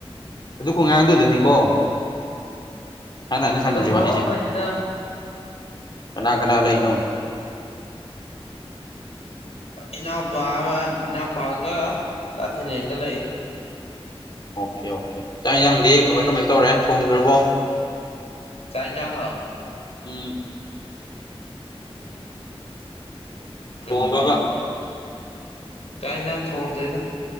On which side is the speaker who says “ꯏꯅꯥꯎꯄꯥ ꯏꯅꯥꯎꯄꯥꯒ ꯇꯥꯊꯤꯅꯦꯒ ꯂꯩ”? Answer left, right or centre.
Left